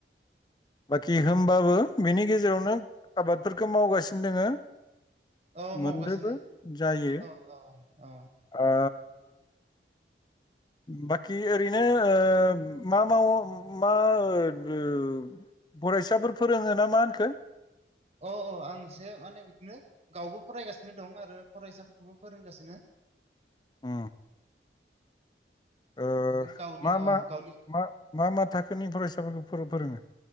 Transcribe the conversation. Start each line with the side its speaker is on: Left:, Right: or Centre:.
Left: बाखि होनबाबो बिनि गेजेरावनो आबादफोरखो मावगासिनो दोङो
Right: औ
Left: मोननैबो
Right: मावगासिनो
Left: जायो
Right: औ औ
Left: ओ बाखि ओरैनो ओ मा मावो मा ओ <unintelligible> फरायसाफोर फोरोङो ना मा होनखो
Right: औ औ आं एसे माने बिदिनो गावबो फरायगासिनो दं आरो फरायसाफोरखौबो फोरोंगासिनो
Left: ओ ओ
Right: बिदि गावनि
Left: मा
Right: अ
Left: मा
Right: गावनि
Left: मा <unintelligible> मा मा थाखोनि फरायसाफोरखौ फोरोङो